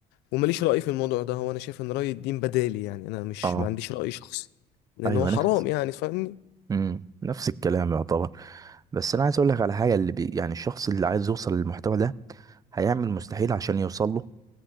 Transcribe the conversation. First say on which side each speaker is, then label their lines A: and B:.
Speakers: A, on the left (about 85°); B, on the right (about 20°).
A: ومليش رأي في الموضوع ده هو انا شايف ان رأي الدين بدالي يعني انا مش
B: اه
A: ما عنديش رأي شخصي لان
B: ايوه
A: هو حرام
B: نفس
A: يعني فاهمني
B: مم. نفس الكلام يعتبر بس انا عايز اقول لك على حاجه اللي بي يعني الشخص اللي عايز يوصل للمحتوى ده هيعمل مستحيل عشان يوصل له